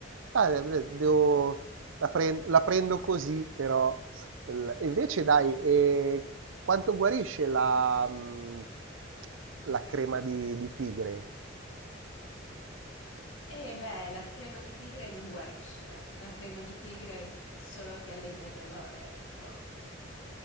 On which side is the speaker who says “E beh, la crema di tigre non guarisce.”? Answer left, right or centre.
Left